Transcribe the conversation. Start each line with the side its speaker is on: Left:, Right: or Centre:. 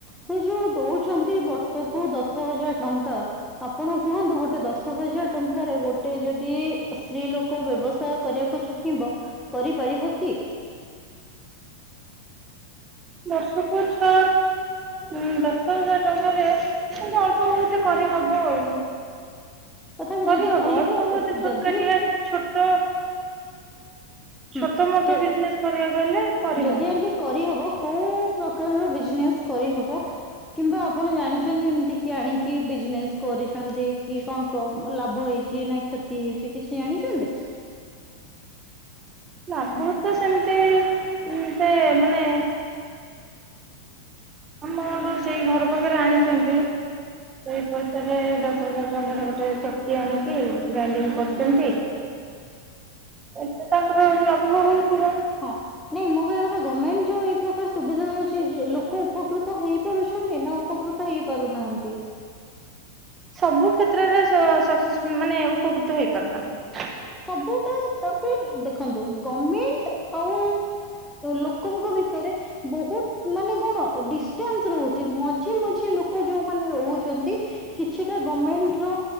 Centre: ସେ ଯୋଉ ଦଉଛନ୍ତି ବର୍ଷକୁ ଦଶ ହଜାର ଟଙ୍କ ଙ୍କ ଆପଣ କୁହନ୍ତୁ ଗୋଟେ ଦଶ ହଜାର ଟଙ୍କାରେ ଗୋଟେ ଯଦି ଇ ସ୍ତ୍ରୀ ଲୋକ ବ୍ୟବସାୟ କରିବାକୁ ଚାହିଁବ କରିପାରିବ କି?
Right: ବର୍ଷକୁୁ ଛଅ ଉଁ ଦଶ ହଜାର ଟଙ୍କାରେ କିନ୍ତୁ ଅଳ୍ପ ବହୁତ କରି ହବ ଆଉ ।
Centre: ତଥାପି
Right: କରିହବ
Centre: ଯଦି କରିହେବ
Right: ଅଳ୍ପ ବହୁତ ଛୋଟକାଟିଆ
Centre: ଯଦି
Right: ଛୋଟ
Centre: ହୁଁ
Right: ଛୋଟ ମୋଟ
Centre: ଯ
Right: ବିଜନେସ କରିବାକୁ ହେଲେ କରିହବ।
Centre: ଯଦି ଏମତି କରିହବ କୋଉ ପ୍ରକାରର ବିଜନେସ୍ କରିହବ କିମ୍ବା ଆପଣ ଜାଣିଛ ଛନ୍ତି ଏମିତି କି ଆଣିକି ବିଜନେସ୍ କରିଛନ୍ତି କି କଣ ଲାଭ ହେଇଛି ନା କ୍ଷତି ହେଇଛି କିଛି ଜାଣିଛନ୍ତି?
Right: ବହୁତ ତ ସେମିତି ଏ ସେ ମାନେ ଆମର ସେଇ ଘର ପାଖରେ ଆଣିଛନ୍ତି ସେଇ ପଇସାରେ ଦଶ ହଜାର ଟଙ୍କାରେ ଗୋଟେ ଚକି ଆଣିକି ଗ୍ରାଇଡିଙ୍ଗ କରୁଛନ୍ତି ଏ ତାଙ୍କର ଲାଭ ହଉଥିବ
Centre: ହଁ ନାଇଁ ମୋ କହିଆ କଥା ଗମେଣ୍ଟ ଯୋଉ ଏଇ ପ୍ରକାର ସୁବିଧା ଦଉଛି ଲୋକ ଉପକୃତ ହେଇପାରୁଛନ୍ତି ନା ଉପକୃତ ହେଇପାରୁନାହାଁନ୍ତି
Right: ସବୁ କ୍ଷେତ୍ରରେ ସକ୍ସେସ ମାନେ ଉପକୃତ ହେଇପାରୁନାହିଁ ।
Centre: ସବୁଟା ତାପରେ ଦେଖନ୍ତୁ ଗମେଣ୍ଟ ଆଉ ଲୋକଙ୍କ ଭିତରେ ବହୁତ ମାନେ କଣ ଡିଷ୍ଟାନ୍ସ ରହୁଛି ମଝି ମଝି ଲୋକ ଯୋଉ ରହୁଛନ୍ତି କିଛିଟା ଗମେଣ୍ଟର